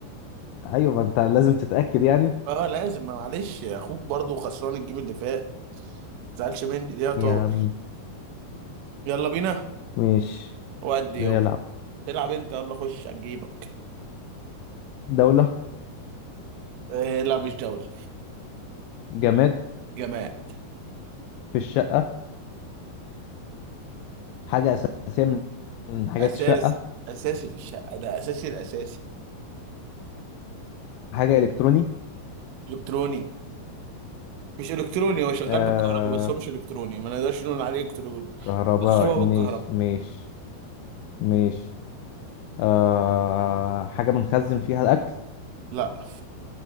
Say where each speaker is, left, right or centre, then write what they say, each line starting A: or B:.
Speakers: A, on the left; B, on the right.
A: ايوه ما انت لازم تتاكد يعني
B: اه لازم ما معلش يا اخوك برضو خسران الجيم اللي فات ما تزعلش مني دي يا طارق
A: يا عم
B: يلا بينا
A: مش
B: ودي
A: نلعب
B: يابا العب انت يلا خش على جيبك
A: دوله
B: آه، لا مش جوله
A: جماد
B: جماعه
A: في الشقه حاجه اساسيه من من حاجات
B: اساس
A: الشقه
B: اساسي في الشقه ده اساسي الاساسي
A: حاجه الكتروني
B: الكتروني مش الكتروني هو شغال
A: آه
B: بالكهرباء بس هو مش الكتروني ما نقدرش نقول عليه الكتروني
A: كهرباء
B: بس هو
A: مش
B: بالكهرباء
A: مش مش آه حاجه بنخزن فيها الاكل
B: لا